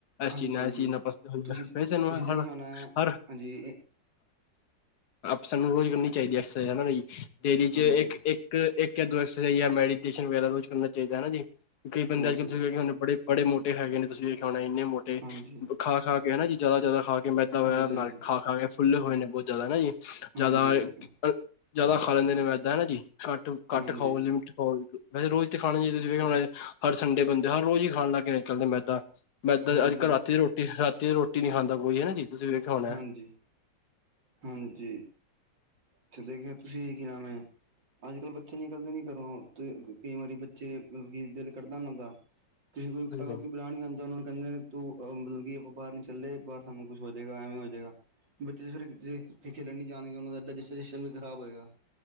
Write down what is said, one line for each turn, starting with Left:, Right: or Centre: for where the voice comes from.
Left: ਏਸ
Right: ਹਾਂਜੀ
Left: ਚੀਜ਼ ਨਾਲ
Right: ਹਾਂਜੀ
Left: ਏਜ ਚੀਜ਼ ਨਾਲ ਪਤਲੇ ਹੋ
Right: ਤੁਸੀਂ
Left: ਗੇ, ਸਾਨੂੰ
Right: ਤੁਸੀਂ
Left: ਹੋਰ
Right: ਦੇਖਿਆ ਹੋਣਾ
Left: -ਔਰ
Right: ਹਾਂਜੀ
Left: ਸਾਨੂੰ ਰੋਜ਼ ਕਰਨੀ ਚਾਹੀਦੀ ਐਕਸਾਈਜ਼ ਹਨਾ ਬਈ ਡੇਲੀ ਚ
Right: ਹਾਂਜੀ
Left: ਇੱਕ
Right: ਹਾਂਜੀ
Left: - ਇੱਕ ਇੱਕ ਯਾ ਦੋ ਐਕਸਾਈਜ਼ ਮੈਡੀਟੇਸ਼ਨ ਵਗੈਰਾ ਰੋਜ਼ ਕਰਨਾ ਚਾਹੀਦੈ ਹਨਾ ਜੀ ਕਈ ਬੰਦਾ
Right: ਹਾਂਜੀ
Left: <unintelligible> ਬੜੇ ਮੋਟੇ ਹੈਗੇ ਨੇ ਤੁਸੀਂ ਇਹ <unintelligible>
Right: ਹਾਂਜੀ।
Left: ਖਾ-ਖਾ ਕੇ ਹਨਾ ਜੀ ਜ਼ਿਆਦਾ-ਜ਼ਿਆਦਾ ਖਾ ਕੇ ਮੈਦਾ
Right: ਹਾਂਜੀ
Left: ਵਗੈਰਾ ਬਨਾ ਕੇ
Right: ਹਾਂਜੀ
Left: ਖਾ-ਖਾ ਕੇ ਫੁੱਲੇ ਹੋਏ ਨੇ ਬਹੁਤ ਜ਼ਿਆਦਾ ਹਨਾ ਜੀ। ਜ਼ਿਆਦਾ
Right: ਹਾਂਜੀ ਹਾਂਜੀ
Left: ਅ ਜ਼ਿਆਦਾ ਖਾ ਲੈਂਦੇ ਨੇ ਮੈਦਾ ਹੈਨਾ ਜੀ ਘੱਟ, ਘੱਟ
Right: ਹਾਂਜੀ
Left: ਖਾਓ ਲਿਮਿਟ ਖਾਓ। ਵੈਸੇ ਰੋਜ਼ 'ਤੇ ਖਾਣਾ ਈ ਨੀ ਚਾਹੀਦਾ ਜਿਵੇਂ ਹੁਣ ਹਰ ਸੰਡੇ ਬੰਦੇ ਹਰ ਰੋਜ਼ ਈ ਖਾਣ ਲਗ ਗੇ ਅੱਜ ਕੱਲ ਤੇ ਮੈਦਾ। ਮੈਂਦਾਂ
Right: ਹਾਂਜੀ
Left: ਅੱਜ-ਕੱਲ੍ਹ ਰਾਤੀ ਦੀ ਰੋਟੀ ਰਾਤੀ ਦੀ ਰੋਟੀ ਨੀ ਖਾਂਦਾ ਕੋਈ ਹਨਾ ਜੀ। ਤੁਸੀਂ ਵੇਖਿਆ ਹੋਣਾ
Right: ਹਾਂਜੀ, ਹਾਂਜੀ ਚੱਲੇ ਗੇ ਤੁਸੀਂ ਕੀ ਨਾਮ ਐ? ਅੱਜ-ਕੱਲ੍ਹ ਬੱਚੇ ਨਿਕਲਦੇ ਨੀ ਘਰੋ 'ਤੇ ਕਈ ਵਾਰੀ ਬੱਚੇ ਵੀ ਦਿਲ ਕਰਦੈ ਉਹਨਾ ਦਾ। ਕਿਸੇ ਨੂੰ ਕੋਈ
Left: ਹਾਂਜੀ
Right: ਕਹਿ ਦੋ ਕਿ ਕੋਈ ਬੁਲਾਣ ਨੀ ਆਂਦਾ ਉਹਨਾਂ ਨੂੰ ਕਹਿੰਦੇ ਤੂੰ ਅਹ ਮਤਲਬ ਕੀ ਉਹ ਬਾਰ ਨੀ ਚੱਲੇ ਬਾਰ ਸਾਨੂੰ ਕੁਛ ਹੋ ਜੇ ਗਾ ਐਵੇ ਹੋਜੇਗਾ ਬੱਚੇ ਜਿਹੜੇ ਖੇਲਣ ਨੀ ਜਾਣਗੇ ਉਹਨਾਂ ਦਾ ਡਾਇਜੇਸਨ ਵੀ ਖਰਾਬ ਹੋਏਗਾ।